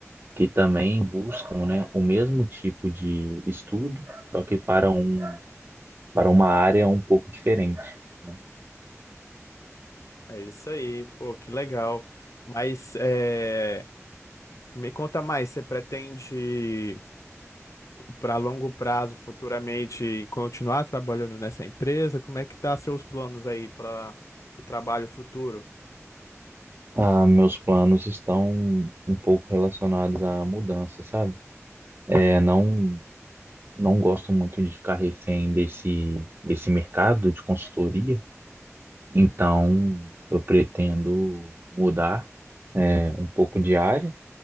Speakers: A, on the right; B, on the left.
A: que também buscam, né, o mesmo tipo de estudo, só que para um, para uma área um pouco diferente. né.
B: É isso aí. Pô, que legal. Mas é, me conta mais, você pretende, para longo prazo, futuramente, continuar trabalhando nessa empresa? Como é que tá seus planos aí para o trabalho futuro?
A: Ah, meus planos estão um pouco relacionados à mudança, sabe? É, não, não gosto muito de ficar refém desse, desse mercado de consultoria, então eu pretendo mudar um pouco de área